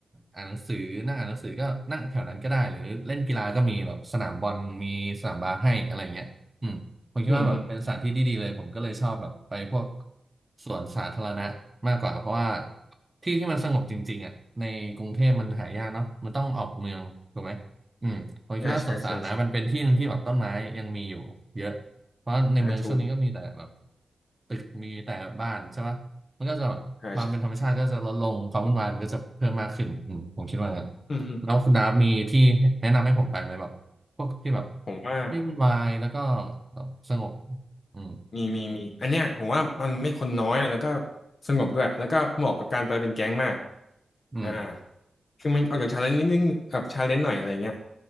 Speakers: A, on the right; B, on the left.
A: อ่านหนังสือนั่งอ่านหนังสือก็นั่งแถวนั้นก็ได้หรือเล่นกีฬาก็มีแบบสนามบอลมีสนามบาสให้อะไรเงี้ย ผมคิดว่าแบบเป็นสถานที่ที่ดีเลยผมก็เลยชอบแบบไปพวก
B: อืมอืม
A: สวนสาธารณะมากกว่าเพราะว่าที่ที่มันสงบจริงๆอ่ะในกรุงเทพมันหายากเนาะมันต้องออกเมืองถูกไหมอืมผมคิดว่าสวนสาธารณะมันเป็นที่หนึ่งที่แบบต้นไม้ยังมีอยู่เยอะเพราะในเมืองช่วงนี้ก็มีแต่แบบ
B: อ่าใช่ใช่ใช่อ่าถูก
A: ตึกมีแต่บ้านใช่ปะมันก็จะแบบความเป็นธรรมชาติก็จะลดลงความวุ่นวายมันก็จะเพิ่มมากขึ้นอืมผมคิดว่างั้น
B: อ่าใช่อืมอืม
A: แล้วคุณดาฟมีที่แนะนำให้ผมไปไหมแบบ พวกที่แบบ
B: ผมว่า
A: ไม่วุ่นวายแล้วก็แบบสงบอืม
B: มีมีมีอันเนี้ยผมว่ามันไม่คนน้อยแล้วก็สงบด้วยแล้วก็เหมาะกับการไปเป็นแก๊งมาก
A: อืม
B: อ่าคือมันออกจากชาเลนจ์นิดนึงแบบชาเลนจ์หน่อยอะไรเงี้ย